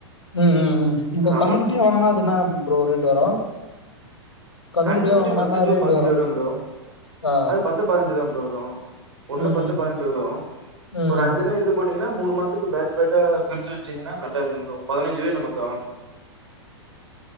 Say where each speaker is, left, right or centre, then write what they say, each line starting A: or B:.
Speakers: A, on the left; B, on the right.
A: ம் ம் ம் இப்ப
B: அது அமௌண்ட்
A: கண்ணு குட்டியா வாங்குனா அது என்ன ப்ரோ ரேட் வரு கண்ணுக்குட்டியா
B: கண்ணு குட்டி
A: வாங்குனன்னா
B: பத்து டூ
A: ரேட்
B: பதுனஞ்சு வரு ப்ரோ
A: ஆ
B: அது பத்து பதனஞ்சு தா ப்ரோ வரு ஒண்ணு
A: ம்
B: பத்து பதுனஞ்சு வரு
A: ம் ம்
B: ஒரு அஞ்சனு எடுத்து போட்டீங்கன்னா மூணு மாசத்துக்கு பேஜ் பேஜ் ஜா பிரிச்சு வெச்சீங்கன்னா கரெக்டா இருக்கு ப்ரோ பதுனஞ்சு வேணு மொத்தம்